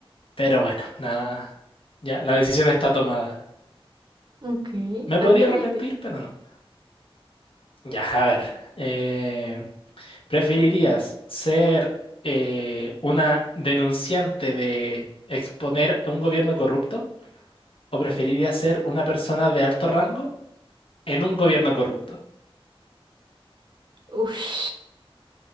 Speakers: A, on the left; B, on the right.
A: pero bueno, nada, ya la decisión está tomada.
B: Ok,
A: Me podría
B: a ver,
A: arrepentir,
B: yo te...
A: pero no. Ya, a ver, eh, ¿preferirías ser eh, una denunciante de exponer a un gobierno corrupto o preferirías ser una persona de alto rango en un gobierno corrupto?
B: Ush.